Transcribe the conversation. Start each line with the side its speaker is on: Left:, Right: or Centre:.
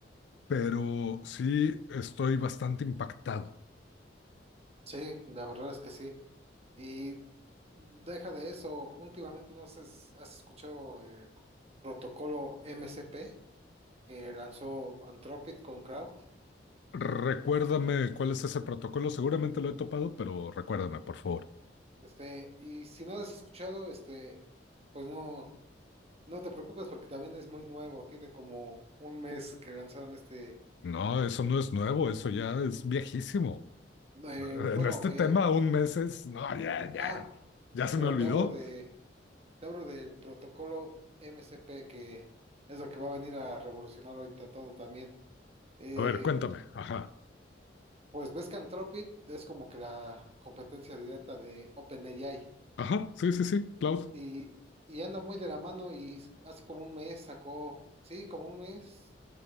Left: pero sí estoy bastante impactado.
Right: Sí, la verdad es que sí. Y Deja de eso. Últimamente no sé si has escuchado el protocolo MCP que lanzó Anthropic con Crowd.
Left: Recuérdame cuál es ese protocolo, seguramente lo he topado, pero recuérdame, por favor.
Right: Este, y si no lo has escuchado, este, pues no, no te preocupes porque también es muy nuevo. Tiene como un mes que lanzaron este.
Left: No, eso no es nuevo, eso ya es viejísimo.
Right: eh,
Left: En
Right: bueno,
Left: este
Right: eh,
Left: tema, un mes es, no, ya, ya,
Right: ah,
Left: ya se
Right: pero
Left: me olvidó.
Right: te hablo de, te hablo del protocolo MCP que es lo que va a venir a revolucionar ahorita todo también. Eh,
Left: A ver, cuéntame. Ajá.
Right: Pues ves que Anthropic es como que la competencia directa de OpenAI
Left: Ajá. Sí, sí, sí. Cloud.
Right: y, y anda muy de la mano y s- hace como un mes sacó, sí, como un mes,